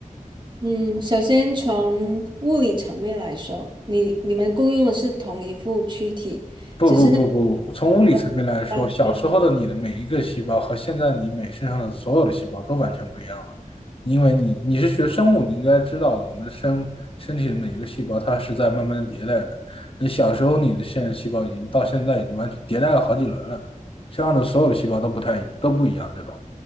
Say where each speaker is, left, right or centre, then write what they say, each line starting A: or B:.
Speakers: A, on the right; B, on the left.
A: 嗯，首先从物理层面来说，你你们共用的是同一副躯体，
B: 不不不不，
A: 只是那个
B: 从物理层面来说，
A: 不同啊对
B: 小时候的你的每一个细胞和现在你每身上的所有的细胞都完全不一样了，因为你你是学生物，你应该知道的，我们身身体的每一个细胞它是在慢慢地迭代的。你小时候你的现在细胞已经到现在已经完全迭代了好几轮了，身上的所有的细胞都不太都不一样，对吧？